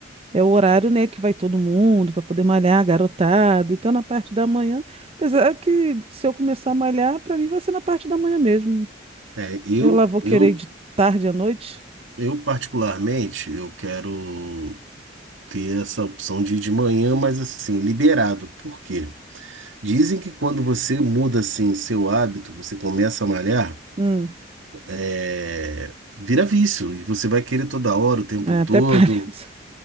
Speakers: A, on the right; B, on the right.
A: é o horário, né, que vai todo mundo para poder malhar, garotada. Então, na parte da manhã, apesar que se eu começar a malhar, para mim vai ser na parte da manhã mesmo.
B: É, eu,
A: Eu lá vou querer
B: eu,
A: ir de tarde à noite.
B: eu particularmente, eu quero ter essa opção de ir de manhã, mas assim, liberado. Por quê? Dizem que quando você muda assim seu hábito, você começa a malhar,
A: Hum,
B: é, vira vício e você vai querer toda hora, o tempo
A: é,
B: todo.
A: até <laughs> parece.